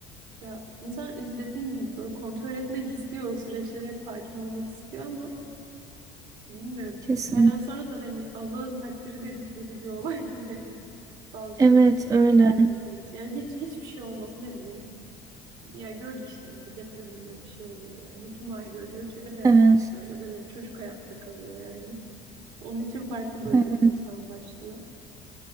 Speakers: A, on the right; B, on the right.
A: Ya insan işte dediğim gibi böyle kontrol etmek istiyor, o süreçlere hep hakim olmak istiyor ama bilmiyorum.
B: Kesin.
A: Yerden sonra da hani Allah'ın takdiri dedikleri bir olay <laughs> yani bazı
B: Evet öyle.
A: şeyler meselesi. Yani hiç hiçbir şey olması ne bileyim. Ya gördük işte bir deprem oluyor, bir şey oluyor yani. Bir tüm aile ölüyor, kedi hayatta
B: Evet.
A: kalıyor ya da bir çocuk hayatta kalıyor yani. Onun için farklı böyle
B: Evet.
A: bir imtihan başlıyor.